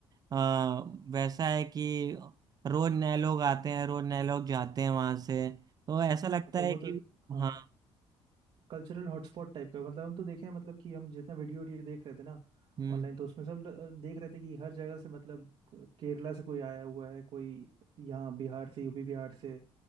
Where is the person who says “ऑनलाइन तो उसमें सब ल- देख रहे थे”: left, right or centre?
Right